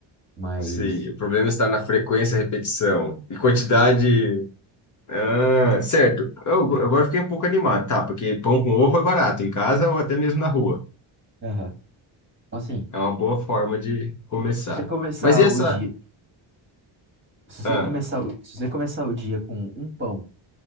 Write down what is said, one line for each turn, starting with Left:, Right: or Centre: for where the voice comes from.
Right: Mas...
Left: Sim, o problema está na frequência, repetição e quantidade. Ah, certo. Eu, agora fiquei um pouco animado, tá? Porque pão com ovo é barato em casa ou até mesmo na rua.
Right: aham. Então, Assim,
Left: É uma boa forma de começar.
Right: se você começar
Left: Mas e essa?
Right: o dia... Se você
Left: Ah,
Right: começar, o- se você começar o dia com um pão